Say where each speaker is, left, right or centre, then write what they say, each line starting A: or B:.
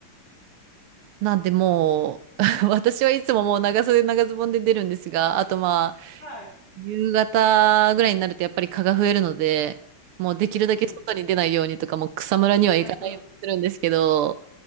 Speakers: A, on the right (about 80°); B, on the left (about 45°).
A: なんでもう、<laughs> 私はいつももう長袖長ズボンで出るんですが、あとまあ、
B: はい。
A: 夕方ぐらいになるとやっぱり蚊が増えるので、もうできるだけ外に出ないようにとか、
B: うん。
A: もう草むらには行かないようにするんですけど、
B: うんうん。